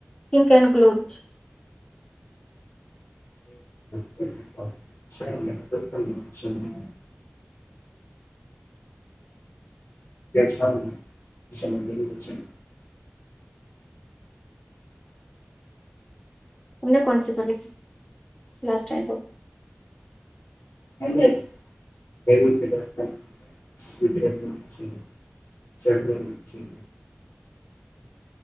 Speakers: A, on the left (about 20°); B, on the left (about 80°).
A: تھنک اینڈ گلورچ
B: چ <unintelligible> سا اس م ب <unintelligible>
A: ہم نے کون سی پڑی لاسٹ ٹائم
B: ہم <unintelligible> <inaudible> چل رہ <unintelligible>